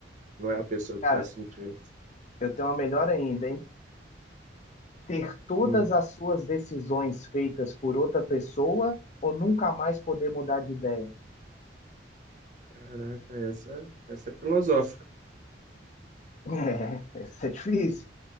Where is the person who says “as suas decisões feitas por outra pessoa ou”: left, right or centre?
Left